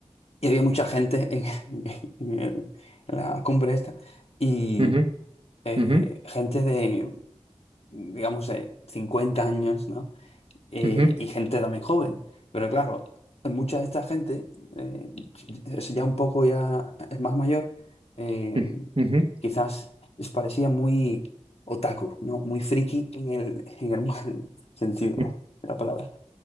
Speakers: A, on the left (about 60°); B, on the right (about 50°).
A: y había mucha gente en, <laughs> en el- en la cumbre esta y
B: ujú,
A: eh,
B: ujú,
A: gente de, digamos, eh, 50 años, ¿no? Eh,
B: ujú,
A: y gente también joven. Pero claro, mucha de esta gente eh, es ya un poco ya es más mayor, eh,
B: ujú, ujú,
A: quizás les parecía muy otaku, ¿no? Muy friki en el, en el mal <laughs> sentido
B: ujú,
A: de la palabra.